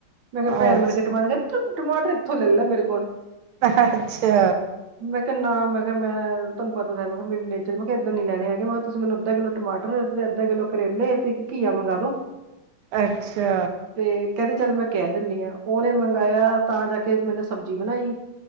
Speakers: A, on the right; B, on the right.
A: ਮੈਂ ਕਿਹਾ ਭੈਣ
B: ਅੱਛ
A: ਬਣਕੇ ਮਤਲਬ ਕਹਿੰਦੀ ਤੂੰ ਟਮਾਟਰ ਇੱਥੋਂ ਲੈ ਲਾ ਮੇਰੇ ਕੋਲ
B: ਅੱਛਾ।
A: ਮੈਂ ਕਿਹਾ ਨਾ ਮੈਂ ਕਿਹਾ ਮੈਂ ਤੁਹਾਨੂੰ। ਪਤਾ ਤਾਂ ਹੈ। ਉਹਨੂੰ ਮੇਰੇ ਨੇਚਰ ਮੈਂ ਕਿਹਾ ਏਦਾਂ ਨੀ ਲੈਣੇ ਹੈਗੇ ਮੈਂ ਕਿਹਾ ਤੁਸੀਂ ਮੈਨੂੰ ਅੱਧਾ ਕਿੱਲੋ ਟਮਾਟਰ ਤੇ ਅੱਧਾ ਕਿੱਲੋ ਕਰੇਲੇ ਤੇ ਇੱਕ ਘੀਆ ਮੰਗਗਾ ਦੋ।
B: ਅੱਛਾ।
A: ਤੇ ਕਹਿੰਦੀ ਚੱਲ ਮੈਂ ਕਹਿ ਦਿੰਦੀ ਆਂ ਉਹਨੇ ਮੰਗਾਇਆ ਤਾਂ ਜਾ ਕੇ ਮੈ ਅੱਜ ਸਬਜ਼ੀ ਬਣਾਈ।